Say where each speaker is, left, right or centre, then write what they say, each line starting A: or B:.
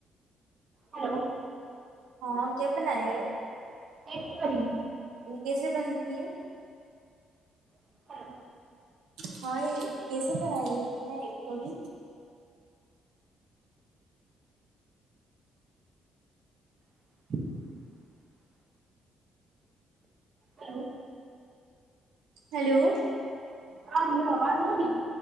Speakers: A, on the right (about 45°); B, on the right (about 80°).
A: ہیلو
B: ہاں کیا بناائے
A: ایکسی
B: کیسے بنتی ہے
A: ہیلو
B: ہاں یہ کیسے بنائی ہے نے ایک کڑی
A: <inaudible> ہیلو
B: ہلو
A: ہاں جی آواز نہیںی